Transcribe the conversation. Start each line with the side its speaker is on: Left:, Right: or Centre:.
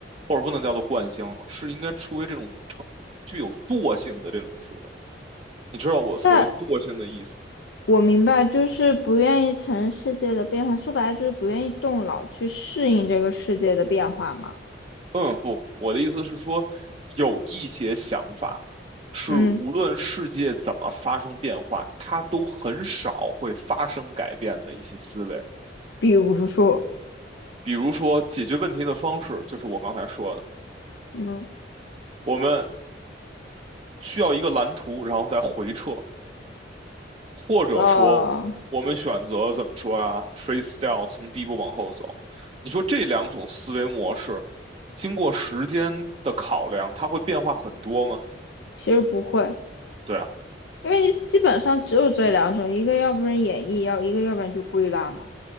Right: 或者不能叫做惯性，是应该出于这种成具有惰性的这种思维。你知道我所谓惰性的意思？
Left: 那我明白，就是不愿意承认世界的变化，说白了就是不愿意动脑去适应这个世界的变化嘛。
Right: 嗯，不，我的意思是说，有一些想法是无论世界怎么发生变化，
Left: 嗯，
Right: 它都很少会发生改变的一些思维。
Left: 比如说，
Right: 比如说解决问题的方式，就是我刚才说的，
Left: 嗯，
Right: 我们需要一个蓝图，然后再回撤，或者说我们选择怎么说啊，freestyle
Left: 呃，
Right: 从第一步往后走。你说这两种思维模式，经过时间的考量，它会变化很多吗？
Left: 其实不会，
Right: 对啊，
Left: 因为基本上只有这两种，一个要不然演绎，要一个要不然就归纳嘛，